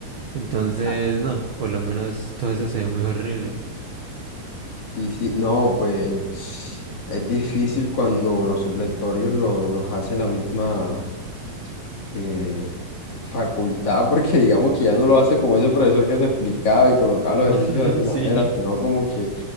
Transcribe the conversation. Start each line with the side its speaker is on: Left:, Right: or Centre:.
Right: Entonces,
Left: Ah,
Right: no, por lo menos todo eso se ve muy horrible.
Left: Sí, sí, no, pues es difícil cuando los supletorios lo- los hace la misma eh, facultad, porque digamos que ya no lo hace como ese profesor que te explicaba y colocaba los
Right: <laughs>
Left: ejercicios de su
Right: Sí.
Left: manera, sino como que